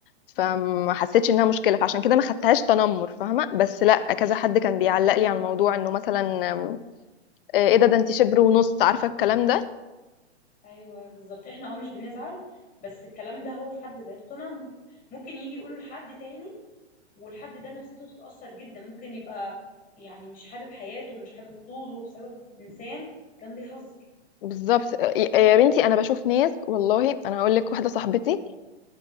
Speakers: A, on the left (about 50°); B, on the left (about 25°).
A: فما حسيتش انها مشكله فعشان كده ما خدتهاش تنمر فاهمه بس لا كذا حد كان بيعلق لي على الموضوع انه مثلا آم، ايه ده ده انت شبر ونص عارفه الكلام ده
B: ايوه بالظبط احنا اه مش بنزعل بس الكلام ده هو في حد ذاته تنمر ممكن يجي يقوله لحد تاني والحد ده نفسيته تتأثر جدا ممكن يبقى يعني مش حابب حياته ومش حابب طوله بسبب انسان كان بيهزر
A: بالظبط آه، يا بنتي انا بشوف ناس والله انا هقول لك واحده صاحبتي